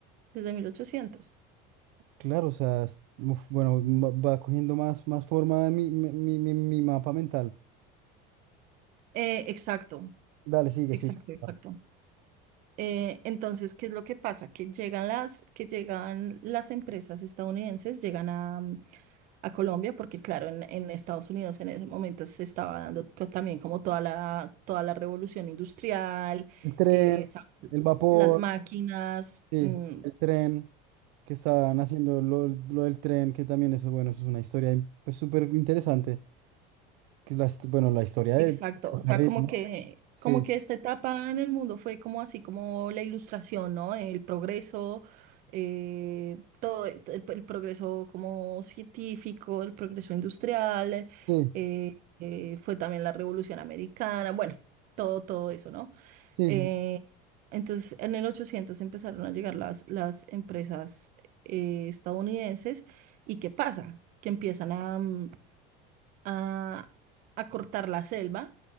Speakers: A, on the right (about 45°); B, on the right (about 65°).
A: desde 1800.
B: Claro, o sea, es- uf, bueno, va, va cogiendo más, más forma mi, mi, mi, mi- mi mapa mental.
A: Eh, exacto,
B: Dale, sigue,
A: exacto,
B: sigue.
A: exacto.
B: va.
A: Eh, entonces, ¿qué es lo que pasa? Que llegan las, que llegan las empresas estadounidenses, llegan a, mm, a Colombia, porque claro, en, en Estados Unidos en ese momento se estaba dando co- también como toda la, toda la revolución industrial,
B: El tren,
A: eh, sa-
B: el vapor,
A: las máquinas.
B: sí,
A: mm,
B: el tren, que estaban haciendo lo, lo del tren, que también eso, bueno, eso es una historia in- pues, súper interesante, que es la, hist- bueno, la historia de
A: Exacto,
B: ferrocarril,
A: o sea, como
B: ¿no?
A: que,
B: Sí,
A: como que esta etapa en el mundo fue como así como la ilustración, ¿no? El progreso, eh, todo el, el- el progreso como científico, el progreso industrial,
B: sí,
A: eh, eh, fue también la Revolución Americana, bueno, todo, todo eso, ¿no?
B: sí,
A: Eh,
B: sí.
A: entonces, en el 800 empezaron a llegar las, las empresas eh, estadounidenses y ¿qué pasa? Que empiezan a, mm, a, a cortar la selva